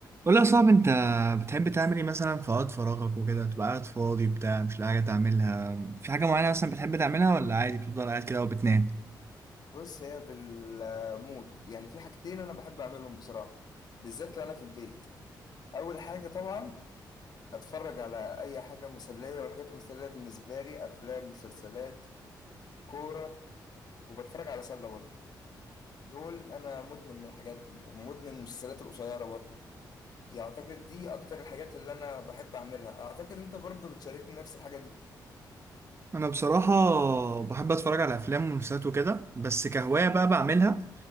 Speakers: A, on the right; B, on the left.
A: قول لي يا صاحبي انت بتحب تعمل ايه مثلا في وقت فراغك وكده تبقى قاعد فاضي بتاع مش لاقي حاجه تعملها في حاجه معينه مثلا بتحب تعملها ولا عادي بتفضل قاعد كده وبتنام
B: بص هي في المود يعني في حاجتين انا بحب اعملهم بصراحه بالذات لو انا في البيت اول حاجه طبعا اتفرج على اي حاجه مسليه والحاجات المسليه بالنسبه لي افلام مسلسلات كوره وبتفرج على سله برضه دول انا مدمن الحاجات دي مدمن المسلسلات القصيره برضه يعتقد دي اكتر الحاجات اللي انا بحب اعملها اعتقد انت برضه بتشاركني نفس الحاجه دي
A: انا بصراحه بحب اتفرج على افلام ومسلسلات وكده بس كهوايه بقى بعملها